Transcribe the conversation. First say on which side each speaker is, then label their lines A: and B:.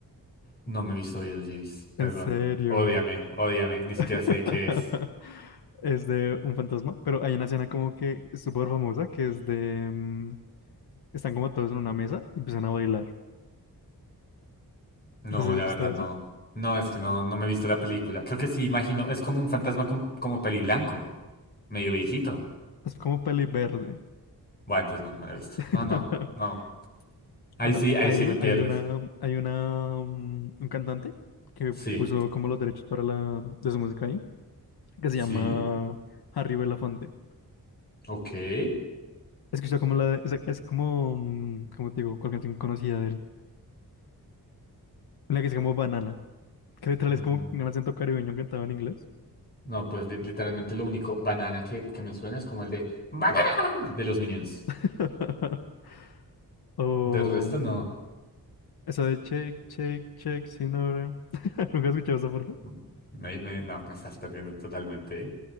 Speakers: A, on the left; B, on the left.
A: No me he visto hoy el Jace, perdón.
B: En serio.
A: Ódiame, ódiame. Ni siquiera
B: <laughs>
A: sé qué es.
B: Es de un fantasma, pero hay una escena como que súper famosa que es de... mm, están como todos en una mesa y empiezan a bailar.
A: No,
B: No sé si
A: la
B: has visto
A: verdad
B: eso.
A: no. No, es que no, no me he visto la película. Creo que sí, imagino. Es como un fantasma con- como peli blanco, medio viejito.
B: Es como peli verde.
A: Bueno, entonces no, no me la he visto.
B: <laughs>
A: No, no, no. Ahí
B: Bueno,
A: sí, ahí
B: ahí
A: sí me pierdes.
B: hay una, hay una, mm, un cantante que
A: Sí,
B: puso como los derechos para la, de su música ahí, que se
A: sí,
B: llama Harry Belafonte.
A: ok.
B: Escucha como la de- es, es como, mm, como te digo, cuál canción conocida de él. Una que se llama Banana, que literal
A: Mm,
B: es como un acento caribeño cantado en inglés.
A: No, pues li- literalmente lo único banana que, que me suena es como el de banana de los Minions.
B: <laughs> O
A: De resto
B: mm,
A: no.
B: esa de Shake, Shake, Shake, sin ahora. <laughs> ¿Nunca has escuchado esa parte?
A: Mm, Me- me- no, me estás perdiendo totalmente, ¿eh?